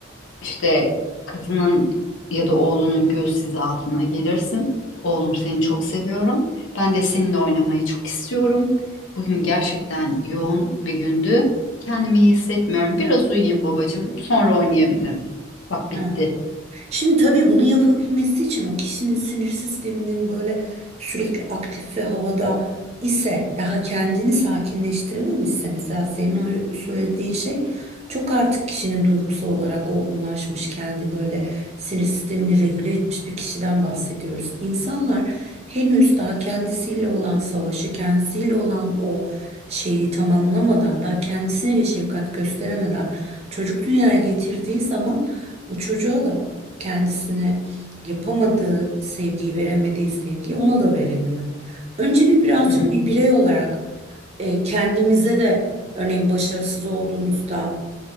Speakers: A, on the left (about 75°); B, on the right (about 30°).
A: işte kızının ya da oğlunun göz hizasına gelirsin. Oğlum seni çok seviyorum. Ben de seninle oynamayı çok istiyorum. Bugün gerçekten yoğun bir gündü. Kendimi iyi hissetmiyorum. Biraz uyuyayım babacığım. Sonra oynayabilir miyiz? Bak bitti.
B: evet. Şimdi tabii bunu yapabilmesi için o kişinin sinir sisteminin böyle sürekli aktif ve havada ise daha kendini sakinleştirememişse mesela senin o söylediğin şey çok artık kişinin duygusal olarak olgunlaşmış kendi böyle sinir sistemini regüle etmiş bir kişiden bahsediyoruz. İnsanlar henüz daha kendisiyle olan savaşı, kendisiyle olan o şeyi tamamlamadan, daha kendisine bir şefkat gösteremeden çocuk dünyaya getirdiği zaman o çocuğa da kendisine yapamadığı sevgiyi, veremediği sevgiyi ona da veremiyor. Önce bir birazcık
A: Hı hı.
B: bir birey olarak e, kendimize de örneğin başarısız olduğumuzda